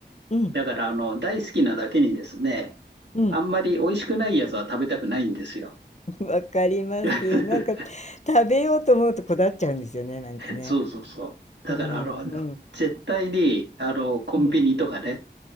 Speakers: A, on the left (about 40°); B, on the right (about 80°).
A: うん、
B: だからあの、大好きなだけにですね、
A: うん、
B: あんまり美味しくないやつは食べたくないんですよ。
A: <laughs> わかります。
B: <laughs>
A: なんか食べようと思うとこだわっちゃうんですよね、なんかね。
B: そうそうそう。だからあの、
A: うん、うん、
B: 絶対に、あの、コンビニとかね、
A: うん、